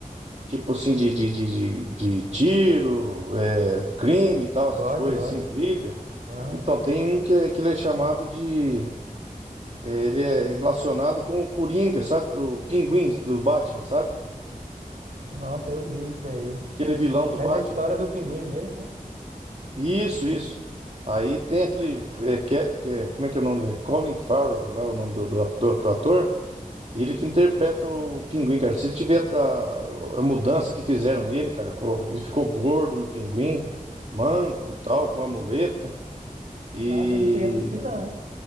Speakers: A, on the right (about 50°); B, on the right (about 65°).
A: Tipo assim, de, de, de, de, de tiro, é, crime e tal, essas
B: Gosto,
A: coisas,
B: gosto.
A: assim, briga.
B: Aham.
A: Então, tem um que, é- que ele é chamado de. é, ele é relacionado com o Coringa, sabe? O Pinguim do Batman, sabe?
B: Nossa, eu vi isso aí.
A: Aquele vilão do
B: Mas
A: Batman.
B: é a história do pinguim mesmo, né?
A: Isso, isso. Aí tem aquele. é, que, é, que- é, como é que é o nome dele? Colin Farrell, lá o nome do, do ator, do ator. Ele que interpreta o Pinguim, cara. Se tiver a, a mudança que fizeram nele, cara, colo- ele ficou gordo no Pinguim, manco, tal, com a muleta. E.
B: Que massa, eu não cheguei a assistir, não.